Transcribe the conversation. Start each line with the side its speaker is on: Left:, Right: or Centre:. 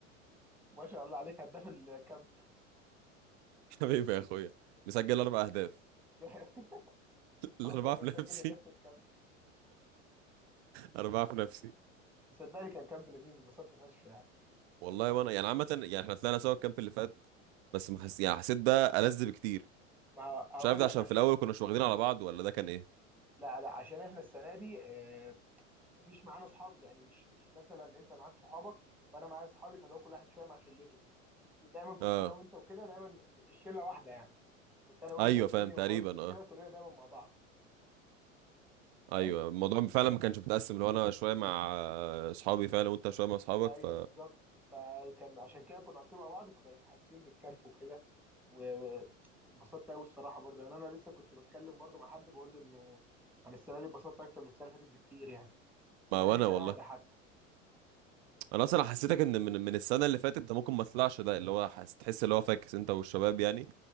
Centre: ما شاء الله عليك هداف الكامب
Right: حبيبي يا اخويا مسجل اربع اهداف
Centre: <laughs>
Right: لا
Centre: اكبر
Right: انا بعرف
Centre: من
Right: نفسي
Centre: سجل هداف في الكامب
Right: انا بعرف نفسي
Centre: صدقني كان كامب لذيذ اتبسطت فشخ يعني
Right: والله وانا يعني عامه يعني احنا طلعنا سوا الكامب اللي فات بس ما حس... يعني حسيت ده ألذ بكتير
Centre: ما ه- هقول
Right: مش عارف ده
Centre: لك
Right: عشان
Centre: عشان
Right: في الاول كنا مش واخدين على بعض ولا ده كان ايه
Centre: لا لا عشان احنا السنه دي آه، مفيش معانا اصحاب يعني مش مش مثلا انت معاك صحابك وانا معايا اصحابي فاللي هو كل واحد شويه مع شلته دايما كنت
Right: اه
Centre: انا وانت وكده دايما الشله واحده يعني كنت انا وانت
Right: ايوه
Centre: وتيمي
Right: فاهم تقريبا
Centre: وباجزي وكده
Right: اه
Centre: كلنا دايما مع بعض فاهم؟
Right: ايوه الموضوع فعلا ما كانش متقسم لو انا شويه مع اصحابي فعلا وانت شويه مع اصحابك
Centre: ايوه
Right: ف
Centre: بالظبط فكان عشان كده كنا على طول مع بعض فكانت حاسين بالكامب وكده وانبسطت قوي الصراحه برضه يعني انا لسه كنت بتكلم برضه مع حد بقول له انه انا السنه دي اتبسطت اكتر من السنه اللي فاتت بكتير يعني السنه
Right: ما وانا
Centre: دي كان
Right: والله
Centre: اهدى حتى
Right: انا اصلا حسيتك ان من من السنه اللي فاتت ده ممكن ما طلعش ده اللي هو حس... تحس اللي هو فاكس انت والشباب يعني